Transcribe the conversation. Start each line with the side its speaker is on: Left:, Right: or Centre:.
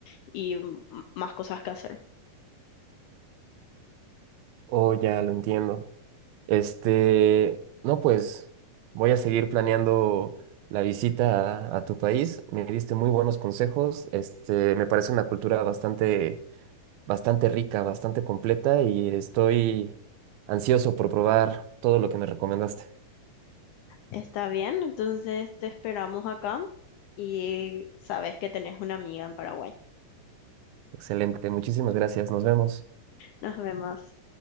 Left: y m- más cosas que hacer.
Right: Oh, ya lo entiendo. Este, no, pues voy a seguir planeando la visita a, a tu país. Me diste muy buenos consejos. Este, me parece una cultura bastante, bastante rica, bastante completa y estoy ansioso por probar todo lo que me recomendaste.
Left: Está bien, entonces te esperamos acá y sabes que tenés una amiga en Paraguay.
Right: Excelente, muchísimas gracias. Nos vemos.
Left: Nos vemos.